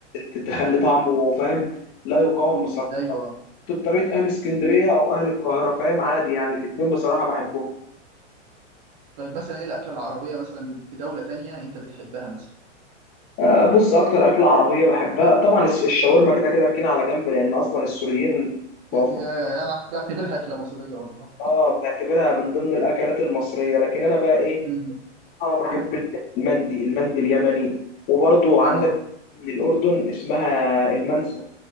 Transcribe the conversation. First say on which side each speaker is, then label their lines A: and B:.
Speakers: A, on the left; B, on the right.
A: ت- تخلي طعمه فاهم لا يقاوم
B: مم.
A: بصراحة
B: أيوه
A: بطريقة أهل اسكندرية
B: مم.
A: أو أهل القاهرة فاهم عادي يعني الاتنين بصراحة بحبهم
B: طيب مثلا إيه الأكلة العربية مثلا في دولة تانية أنت بتحبها مثلا
A: آه، بص اكتر اكله عربيه بحبها طبعا الس- الشاورما كده كده ركينه على جنب لان اصلا السوريين بقوا
B: يا-
A: في-
B: انا بعتبرها اكله مصريه والله
A: اه بتعتبرها من ضمن الاكلات المصريه لكن انا بقى ايه
B: مم.
A: اه بحب
B: مم.
A: المندي المندي اليمني وبرضو عندك
B: اه
A: من الاردن اسمها المنسف